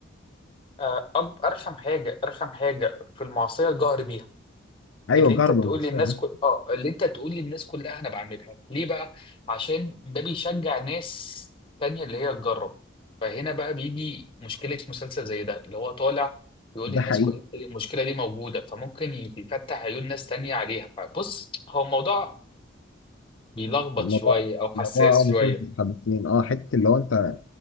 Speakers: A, on the left; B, on the left.
A: آه، أك- أرخم حاجة أرخم حاجة في المعصية الجهر بيها
B: ايوه
A: اللي انت
B: جرب
A: تقول
B: المصايب
A: لي الناس
B: ده
A: كل... اه اللي انت تقول لي الناس كلها انا بعملها ليه بقى عشان ده بيشجع ناس تانية اللي هي تجرب فهنا بقى بيجي مشكلة مسلسل زي ده اللي هو طالع يقول
B: ده
A: للناس
B: حقيقي
A: كلها اللي المشكلة دي موجودة فممكن يفتح عيون ناس تانية عليها فبص هو الموضوع بيلخبط
B: الموضوع
A: شوية او حساس
B: الموضوع اه
A: شوية
B: مخيف حبتين اه حته اللي هو انت